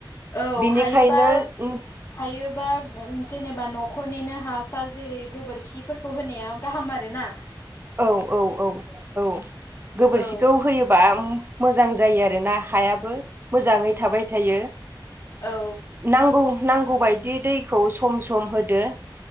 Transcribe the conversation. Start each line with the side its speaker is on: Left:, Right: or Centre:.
Left: औ
Right: बेनिखायनो
Left: हायोबा
Right: औ
Left: हायोबा उम जेनेबा नखरनिनो हासार जेरै गोबोरखिफोरखौ होनाया गाहाम आर ना।
Right: औ औ औ औ गोबोरसिखौ
Left: औ
Right: होयोबाउम मोजां जायो आरो ना हायाबो मोजाङै थाबाय थायो।
Left: औ।
Right: नांगौ नांगौ बायायदि दैखौ सम सम होदो।